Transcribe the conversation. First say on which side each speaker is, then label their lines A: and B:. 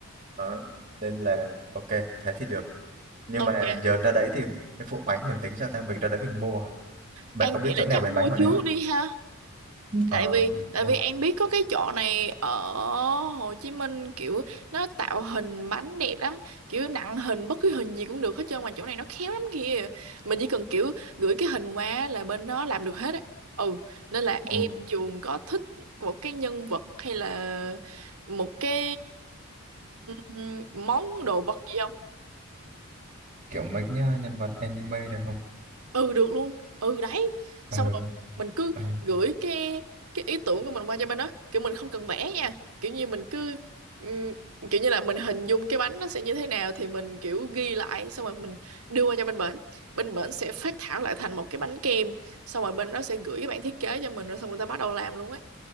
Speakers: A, on the right (about 35°); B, on the right (about 80°).
A: đó. nên là ok thế thì được nhưng
B: ok
A: mà giờ ra đấy thì cái phụ bánh mình tính cho ta mình ra đấy mình mua hả? bạn
B: anh
A: có biết
B: nghĩ là
A: chỗ nào
B: chắc
A: bán
B: mua
A: bánh ngoài
B: trước
A: đấy không
B: đi ha tại
A: ờ
B: vì tại
A: mua
B: vì An biết có cái chỗ này ở Hồ Chí Minh kiểu nó tạo hình bánh đẹp lắm kiểu nặng hình bất cứ hình gì cũng được hết trơn mà chỗ này nó khéo lắm kìa mình chỉ cần kiểu gửi cái hình qua là bên đó làm được hết ấy ừ nên là em
A: mua
B: chuồng có thích một cái nhân vật hay là một cái ừm, món đồ vật gì
A: kiểu mấy nhá, nhân vật anime được không
B: ừ được luôn ừ đấy
A: ờ
B: xong rồi mình cứ
A: ờ
B: gửi cái cái ý tưởng của mình qua cho bên đó kiểu mình không cần vẽ nha kiểu như mình cứ ừm, kiểu như là mình hình dung cái bánh nó sẽ như thế nào thì mình kiểu ghi lại xong rồi mình đưa qua cho bên bển bên bển sẽ phác thảo lại thành một cái bánh kem xong rồi bên đó sẽ gửi cái bản thiết kế cho mình rồi xong người ta bắt đầu làm luôn ấy